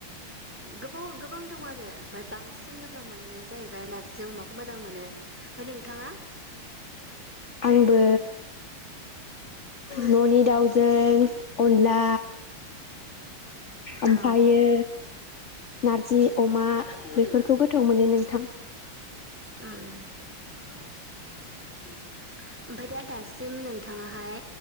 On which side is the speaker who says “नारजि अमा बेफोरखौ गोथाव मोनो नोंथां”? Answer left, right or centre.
Left